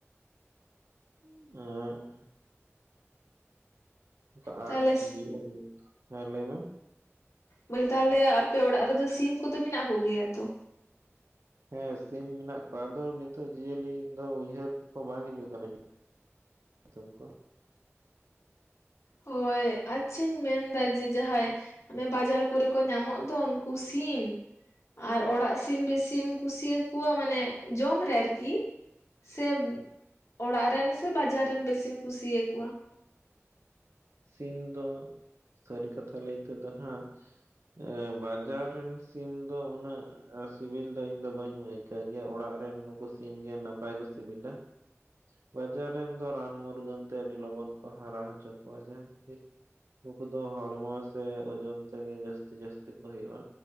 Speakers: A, on the right (about 70°); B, on the left (about 75°).
A: <inaudible> ᱚᱱᱠᱟ
B: ᱛᱟᱦᱚᱞᱮ
A: ᱟᱨ <inaudible> ᱦᱮᱸ ᱞᱟᱹᱭ ᱢᱮ᱾
B: ᱞᱟᱹᱭ ᱛᱟᱦᱞᱮ ᱟᱯᱮ ᱚᱲᱟᱜ ᱨᱮᱫᱚ ᱥᱤᱢ ᱠᱚᱫᱚ ᱢᱮᱱᱟᱜ ᱠᱚᱜᱮᱭᱟ ᱛᱚ?
A: ᱦᱮᱸ ᱥᱤᱢ ᱢᱮᱱᱟᱜ ᱠᱚᱣᱟ ᱟᱫᱚ ᱱᱤᱛᱚᱜ ᱡᱤᱭᱟᱹᱞᱤ ᱫᱚ ᱩᱭᱦᱟᱹᱨ ᱠᱚ ᱵᱟᱝ ᱦᱤᱡᱩᱜ ᱠᱟᱱᱟ᱾ ᱧᱛᱩᱢ ᱠᱚ᱾
B: ᱦᱳᱭ ᱟᱪᱪᱷᱟᱧ ᱢᱮᱱᱫᱟ ᱡᱮ ᱡᱟᱦᱟᱸᱭ ᱚᱱᱮ ᱵᱟᱡᱟᱨ ᱠᱚᱨᱮ ᱠᱚ ᱧᱟᱢᱚᱜ ᱫᱚ ᱩᱱᱠᱩ ᱥᱤᱢ, ᱟᱨ ᱚᱲᱟᱜ ᱥᱤᱢ ᱵᱮᱥᱤᱢ ᱠᱩᱥᱤᱭᱟᱠᱚᱣᱟ ᱢᱟᱱᱮ ᱡᱚᱢ ᱨᱮ ᱟᱨᱠᱤ ᱥᱮ ᱚᱲᱟᱜ ᱨᱮᱱ ᱥᱮ ᱵᱟᱡᱟᱨ ᱨᱮᱱ ᱵᱮᱥᱤᱢ ᱠᱩᱥᱤᱭᱟᱠᱚᱣᱟ?
A: ᱥᱤᱢ ᱫᱚ ᱥᱟᱹᱨᱤ ᱠᱟᱛᱷᱟ ᱞᱟᱹᱭ ᱛᱮᱫᱚ ᱱᱟᱜ, ᱮᱸ ᱵᱟᱡᱟᱨ ᱨᱮᱱ ᱥᱤᱢ ᱫᱚ ᱩᱱᱟᱹᱜ ᱟᱹ ᱥᱤᱵᱤᱞ ᱫᱚ ᱤᱧ ᱫᱚ ᱵᱟᱹᱧ ᱟᱹᱭᱠᱟᱹᱣ ᱜᱮᱭᱟ ᱚᱲᱟᱜ ᱨᱮᱱ ᱱᱩᱠᱩ ᱥᱤᱢ ᱜᱮ ᱱᱟᱯᱟᱭ ᱠᱚ ᱥᱤᱵᱤᱞᱟ᱾ ᱵᱟᱡᱟᱨ ᱨᱮᱱ ᱫᱚ ᱨᱟᱱ ᱢᱩᱨᱜᱟᱹᱱ ᱛᱮ ᱟᱹᱰᱤ ᱞᱚᱜᱚᱱ ᱠᱚ ᱦᱟᱨᱟ ᱦᱚᱪᱚ ᱠᱚᱣᱟ, ᱡᱟᱦᱟᱸ ᱠᱷᱟᱹᱛᱤᱨ ᱱᱩᱠᱩ ᱫᱚ ᱦᱚᱲᱢᱚ ᱥᱮ ᱳᱡᱚᱱ ᱛᱮᱜᱮ ᱡᱟᱹᱥᱛᱤ ᱡᱟᱹᱥᱛᱤ ᱠᱚ ᱦᱩᱭᱩᱜᱼᱟ᱾